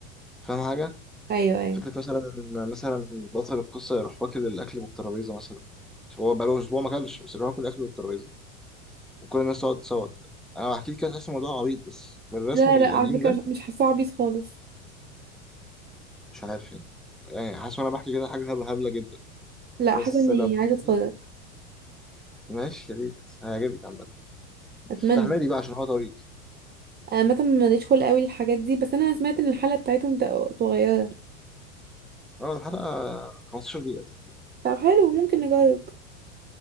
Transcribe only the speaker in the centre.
فاهم حاجة
فكرة مثلا مثلا بطل القصة يروح واكل الأكل من الترابيزة مثلا مش هو بقاله أسبوع ما أكلش بس يروح ياكل الأكل من الترابيزة وكل الناس تقعد تصوت أنا بحكي كده تحس الموضوع عبيط بس في الرسم
القديم
ده
مش عارف يعني يعني حاسس وأنا بحكي كده حاجة هبلة هبلة جدا
بس
لو بتشوفيه
ماشي يا ريت هيعجبك عامة
استحملي بقى عشان هو طويل
اه الحلقة 15 دقيقة تقريباً.